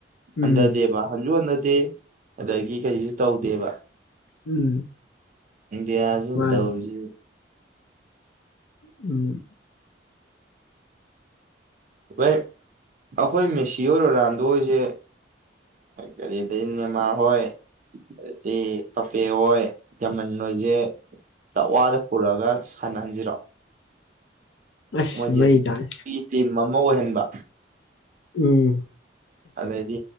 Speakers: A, on the right; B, on the left.
A: ꯍꯟꯗ
B: ꯎꯝ
A: ꯗꯦꯕ ꯌꯣꯅꯠ ꯇꯦ ꯑꯗꯒꯤ ꯀꯩꯁꯨ ꯇꯧꯗꯦꯕ
B: ꯎꯝ
A: ꯗꯤꯌꯥꯁꯨ
B: ꯃꯥꯅꯤ
A: ꯇꯧꯔꯤꯖꯕꯨ
B: ꯎꯝ
A: ꯅꯥꯏ ꯑꯩꯈꯣꯏ ꯃꯦꯁꯤ ꯑꯣꯏꯔꯣ ꯔꯥꯟꯗꯣ ꯍꯣꯏꯁꯦ ꯀꯔꯤꯗꯩ ꯅꯦꯃꯥꯔ ꯍꯣꯏ ꯑꯗꯩ ꯄꯄꯦ ꯍꯣꯏ ꯌꯥꯝꯅ ꯍꯣꯏꯁꯦ ꯇꯛꯋꯥꯗ ꯄꯨꯔꯛꯑꯒ ꯁꯥꯟꯅꯍꯟꯁꯤꯔꯣ
B: ꯑꯁ
A: ꯃꯣꯏꯖ
B: ꯃꯩ ꯇꯥꯏ
A: ꯇꯔꯝ ꯑꯃ ꯑꯃ ꯑꯣꯏꯍꯟꯕ
B: ꯎꯝ
A: ꯑꯗꯗꯤ